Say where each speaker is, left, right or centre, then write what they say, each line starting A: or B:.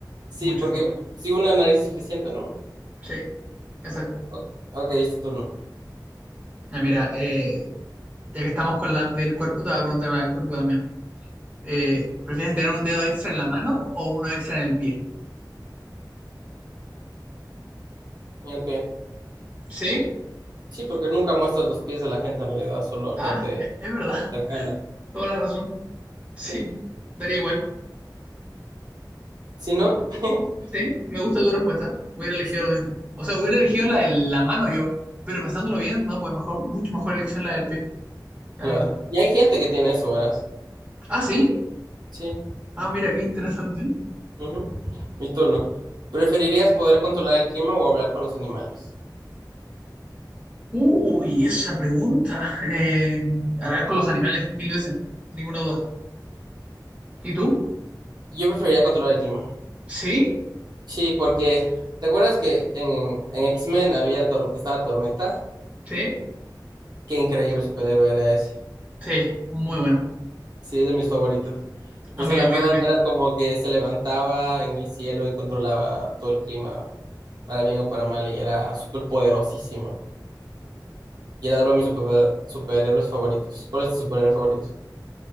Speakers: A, on the right; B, on the right.
A: Sí,
B: Mucho
A: porque
B: peor.
A: si una nariz es suficiente, ¿no?
B: Sí, exacto.
A: O- Ok, es tu turno.
B: Ya, mira, eh, ya que estamos con las del cuerpo, te voy a preguntar una del cuerpo también. Eh, ¿prefieres tener un dedo extra en la mano o uno extra en el pie?
A: Y el pie.
B: Sí.
A: Sí, porque nunca muestras los pies de la gente en realidad, solo
B: Ah,
A: gente
B: e- es verdad. <laughs>
A: cercana.
B: Toda la razón. Sí.
A: Sí.
B: Daría igual.
A: ¿Sí, no? <laughs>
B: Sí. Me gusta tu respuesta. Hubiera elegido
A: Sí,
B: lo mismo. O sea, hubiera elegido la de la mano yo. Pero pensándolo bien, no, pues mejor, mucho mejor elección la del pie. La
A: claro.
B: verdad.
A: Y hay gente que tiene eso, verás.
B: Ah, sí.
A: Sí.
B: Ah, mira, qué interesante.
A: Ujú. Mi turno. ¿Preferirías poder controlar el clima o hablar con los animales?
B: Uy, esa pregunta. Eh, hablar con los animales mil veces. Ninguna duda. ¿Y tú?
A: Yo preferiría controlar el clima.
B: ¿Sí?
A: Sí, porque ¿te acuerdas que en, en X-Men había Tor- estaba Tormenta?
B: ¿Sí?
A: Qué increíble superhéroe era ese.
B: Sí, muy buena.
A: Sí, de mis favoritos. Entonces
B: A mí,
A: la
B: a mí
A: man
B: también.
A: era como que se levantaba en el cielo y controlaba todo el clima, para bien o para mal, y era súper poderosísima. Y era uno de mis super- superhéroes favoritos. ¿Cuál es tu superhéroe favorito?